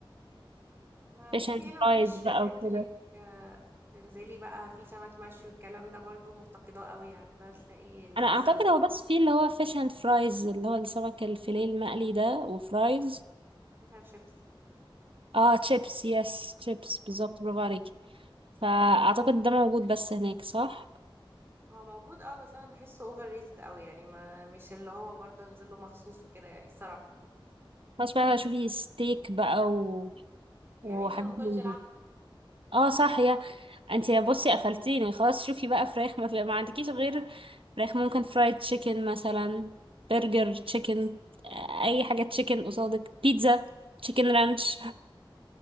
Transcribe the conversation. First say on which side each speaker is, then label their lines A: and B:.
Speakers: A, on the right (about 25°); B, on the right (about 80°).
A: ما
B: فيش
A: بصي
B: اند
A: هنا
B: فرايز
A: مفيش
B: بقى
A: فكرة
B: وكده
A: انك آه، تنزلي بقى في سمك مشوي والكلام ده برضو مفتقداه قوي يعني فاهمة؟ تلاقي السلمون
B: انا اعتقد هو بس في اللي هو فيش اند فرايز اللي هو السمك الفيليه المقلي ده وفرايز
A: فيش اند شيبس
B: اه تشيبس يس تشيبس بالظبط برافو عليكي فأعتقد ده موجود بس هناك صح؟
A: هو موجود اه بس انا بحسه اوفر ريتد قوي يعني ما مش اللي هو برضه انزل له مخصوص وكده يعني الصراحة
B: خلاص بقى شوفي ستيك بقى و...
A: يعني
B: وحاجات
A: انتي ما باكلش
B: من
A: لحم
B: دي اه صح يا انت يا بصي قفلتيني خلاص شوفي بقى فراخ ما, في... ما عندكيش غير فراخ ممكن فرايد تشيكن مثلا برجر تشيكن آه، اي حاجة تشيكن قصادك بيتزا تشيكن رانش